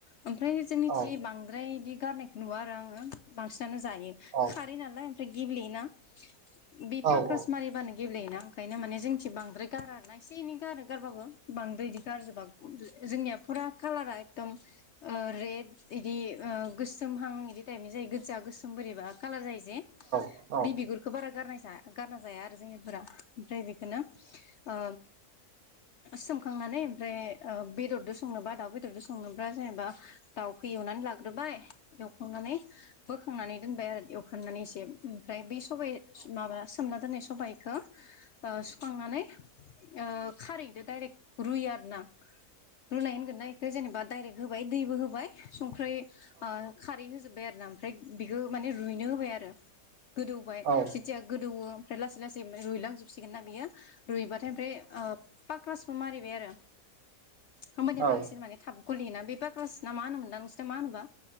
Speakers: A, on the left; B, on the right.
A: ओमफ्राय जोंनिथि
B: औ
A: बांद्राय इदि गारनायखौ नुवा आरो आङो बांसिनानो जायो
B: औ
A: खारै नालाय ओमफ्राय गेब्लेयोना। बिदि
B: औ
A: पाक्रास मारिबानो गेब्लेयो ना ओंखायनो माने जोंनिथिं बांद्राय गारा आरोना इसे एनै गारो गारबाबो बांद्राय इदि जोंनिया फुरा कालारा एदम रेद ओ इदि गोसो महां बिदि टाइपनि जायो गोजा गोसोम बोरैबा कालार जायो दि
B: औ
A: बि बिगुरखौ बारा गारनाय जा गारना जाया आरो जोंनिफोरा ओमफ्राय खौनो ओ सोमखांनानै ओमफ्राय ओ बेदरजों संनोबा दाउ बेदरजों संनोब्ला जेनेबा दाउखौ एवनानै लाग्रोबाय एवखांनानै बोखांनानै दोनबाय आरो एवखांनानै एसे ओमफ्राय बेै सबाइ माबा सोमना दोननायसो सबबायखौ ओ सुखांनानै ओ खारैदो डाइरेक्ट रुयो आरो ना रुनाय होनगोन ना बेखौ जेनेबा डाइरेक्ट होबाय दैबो होबाय ओमफ्राय ओ खारै होजोबबाय आरोना ओमफ्राय बेखौ माने रुइनो होबाय आरो। गोदौबाय
B: औ
A: जेथिया गोदौवो ओमफ्राय लासै लासै रुइलांजोबसिगोन ना बियो। रुइबाथाय ओमफ्राय ओ पाक्रासबो मारिबाय आरो। होमबानिया
B: औ
A: बांसिन माने थाब गलियोना बे बाग्रास ना मा होनोमोनदां नोंसिना मा होनोबा।